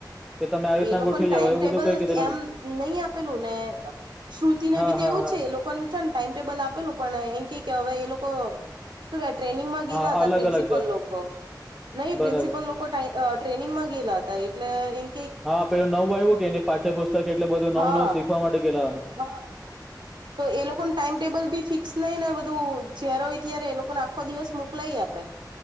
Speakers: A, in the centre; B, on the right.
A: કે તમે આવી રીતના
B: એ લોકોને
A: ગોઠવી
B: ટાઈમટેબલ
A: જાવ એવું બધું કઈ કીધેલું
B: એમ
A: ને
B: નહીં આપેલું ને શ્રુતિ ને
A: હા
B: બી તો
A: હા
B: એવું
A: હા
B: છે, એ લોકોને છે, ને ટાઈમ ટેબલ આપેલું પણ એમ કે કે હવે એ લોકો શું કે ટ્રેનિંગમાં ગયેલા
A: હા
B: હતા,
A: અલગ
B: પ્રિન્સિપલ
A: અલગ જાય
B: લોકો નહીં
A: બરાબર
B: પ્રિન્સિપલ લો ટ્રેનિંગ માં ગેલા હતા એટલે એ
A: હા પેલું નવું આવ્યું, કે ને પાઠ્યપુસ્તક એટલે નવું
B: હા
A: નવું શીખવા માટે ગેલા ઓહે
B: હા તો એ લોકોને ટાઈમ ટેબલ બી ફિક્સ નઈ ને બધું જ્યારે હોય ત્યારે એ લોકોને આખો દિવસ મુ ક્લાઈ આપે